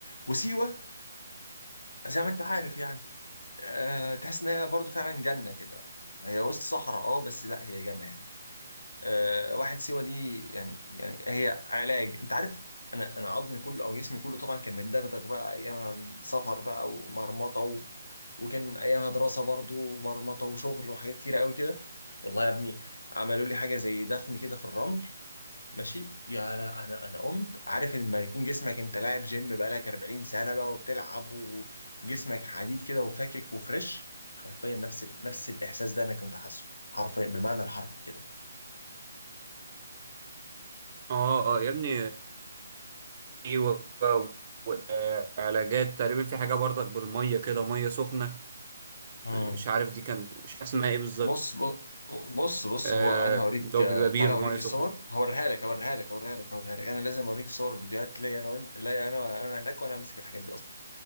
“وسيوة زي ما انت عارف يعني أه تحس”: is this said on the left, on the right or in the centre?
Left